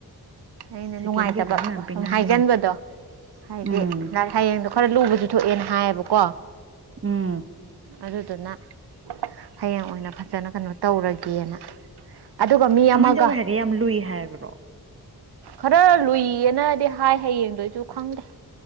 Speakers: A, on the right; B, on the right.
A: ꯑꯩꯅ
B: ꯁꯦꯀꯦꯟꯒꯤ
A: ꯅꯨꯡꯉꯥꯏꯇꯕ
B: ꯑꯦꯛꯖꯥꯝ ꯃꯌꯥꯝ ꯄꯤꯅꯔꯤꯝ
A: ꯁꯨꯝ ꯍꯥꯏꯖꯤꯟꯕꯗꯣ ꯍꯥꯏꯗꯤ
B: ꯎꯝ
A: ꯂ ꯍꯌꯦꯡꯗꯣ ꯈꯔ ꯂꯨꯕꯁꯨ ꯊꯣꯛꯑꯦꯅ ꯍꯥꯏꯌꯦꯕꯀꯣ
B: ꯎꯝ
A: ꯑꯗꯨꯗꯨꯅ ꯍꯌꯦꯡ ꯑꯣꯏꯅ ꯐꯖꯅ ꯀꯩꯅꯣ ꯇꯧꯔꯒꯦꯅ ꯑꯗꯨꯒ ꯃꯤ
B: ꯀꯃꯥꯏꯅ
A: ꯑꯃꯒ
B: ꯇꯧꯋꯦ ꯍꯥꯏꯒꯦ ꯌꯥꯝ ꯂꯨꯏ ꯍꯥꯏꯕ꯭ꯔꯣ
A: ꯈꯔ ꯂꯨꯏꯌꯦꯅꯗꯤ ꯍꯥꯏ ꯍꯌꯦꯡꯗꯣꯏꯁꯨ ꯈꯪꯗꯦ